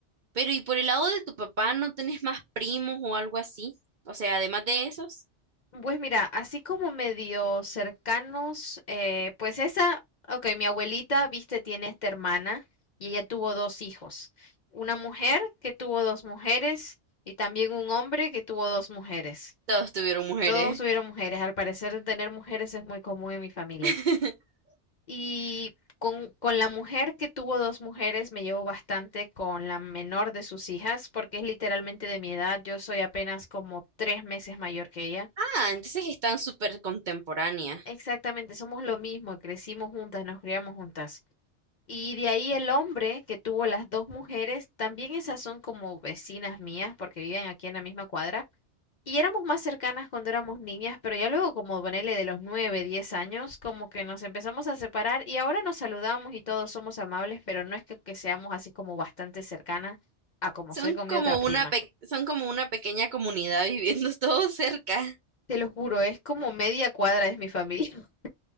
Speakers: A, on the right (about 55°); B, on the left (about 55°).
A: Pero, ¿y por el lado de tu papá no tenés más primos o algo así? O sea, además de esos,
B: Pues mira, así como medio cercanos, eh, pues esa, ok, mi abuelita, viste, tiene esta hermana y ella tuvo dos hijos, una mujer que tuvo dos mujeres y también un hombre que tuvo dos mujeres.
A: todos tuvieron mujeres.
B: Todos tuvieron mujeres, al parecer tener mujeres es muy común en mi familia.
A: <laughs>
B: Y con, con la mujer que tuvo dos mujeres me llevo bastante con la menor de sus hijas porque es literalmente de mi edad, yo soy apenas como tres meses mayor que ella.
A: Ah, entonces están súper contemporáneas.
B: Exactamente, somos lo mismo, crecimos juntas, nos criamos juntas. Y de ahí el hombre que tuvo las dos mujeres, también esas son como vecinas mías porque viven aquí en la misma cuadra. Y éramos más cercanas cuando éramos niñas, pero ya luego como ponele de los 9, 10 años, como que nos empezamos a separar y ahora nos saludamos y todos somos amables, pero no es que, que seamos así como bastante cercanas a como
A: Son
B: soy con
A: como
B: mi otra prima.
A: una pe- son como una pequeña comunidad viviendo <laughs> todos cerca.
B: Te lo juro, es como media cuadra es mi familia,